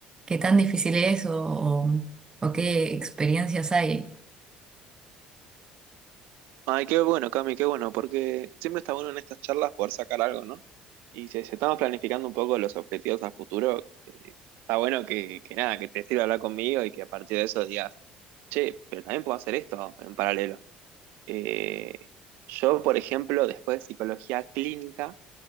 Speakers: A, on the right; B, on the right.
A: qué tan difícil es o, o- o qué experiencias hay.
B: Ay, qué bueno, Cami, qué bueno, porque siempre está bueno en estas charlas poder sacar algo, ¿no? Y si, si estamos planificando un poco los objetivos a futuro, eh, está bueno que, que nada, que te sirva hablar conmigo y que a partir de eso digas, che, pero también puedo hacer esto en paralelo. Eh, yo, por ejemplo, después de psicología clínica,